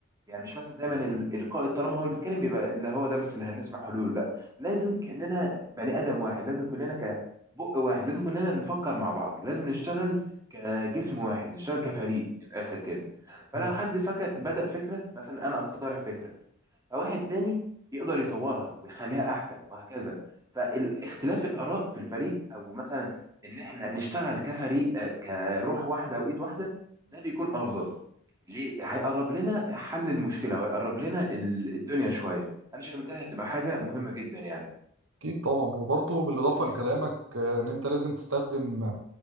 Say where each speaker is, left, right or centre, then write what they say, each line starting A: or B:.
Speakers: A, on the right (about 15°); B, on the right (about 75°).
A: يعني مش مثلا دايما ال- القائد طالما هو اللي بيتكلم بيبقى اللي هو ده بس اللي هنسمع حلوله لا لازم كاننا بني ادم واحد لازم كلنا كبق واحد لازم كلنا نفكر مع بعض لازم نشتغل كجسم واحد نشتغل كفريق من الاخر كده فلو
B: مم.
A: حد فكر بدأ فكره مثلا انا اقترح فكره فواحد تاني يقدر يطورها ويخليها احسن وهكذا فاختلاف الاراء في الفريق او مثلا ان احنا نشتغل كفريق آه، كروح واحده وايد واحده ده بيكون افضل ليه هيقرب لنا حل المشكله وهيقرب لنا ال- الدنيا شويه انا شايف إن ده هتبقى حاجه مهمه جدا يعني
B: اكيد طبعا وبرضو بالاضافة لكلامك آه، ان انت لازم تستخدم